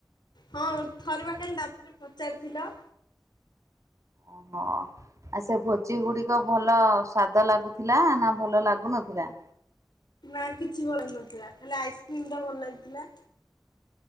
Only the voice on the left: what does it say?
ହଁ ଥରେ ବା କାଲି ରାତିରେ ପଚାରିଥିଲ।
ନାଁ କିଛି ଭଲ ଲାଗୁ ନଥିଲା। ଖାଲି ଆଇସ୍କ୍ରିମ ଟା ଭଲ ଲାଗିଥିଲା।